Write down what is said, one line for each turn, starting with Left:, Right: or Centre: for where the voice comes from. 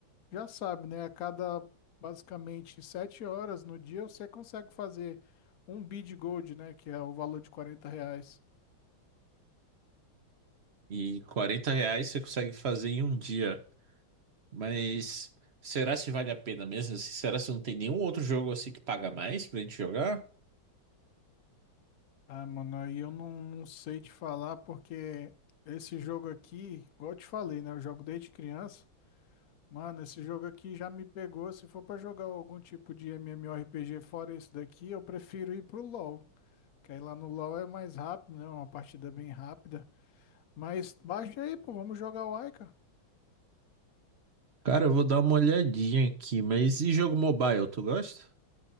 Left: já sabe, né? A cada basicamente 7 horas no dia você consegue fazer um bid Gold, né? Que é o valor de 40 reais.
Right: E 40 reais você consegue fazer em um dia. Mas será se vale a pena mesmo? Assim, Será se não tem nenhum outro jogo assim que paga mais pra gente jogar?
Left: Ah, mano, aí eu não, não sei te falar porque esse jogo aqui, igual eu te falei, né? Eu jogo desde criança. Mano, esse jogo aqui já me pegou. Se for pra jogar algum tipo de MMORPG fora esse daqui, eu prefiro ir pro LoL. Que aí lá no LoL é mais rápido, né? Uma partida bem rápida. Mas baixa aí, pô, vamos jogar o Aika.
Right: Cara, eu vou dar uma olhadinha aqui, mas e jogo mobile, tu gosta?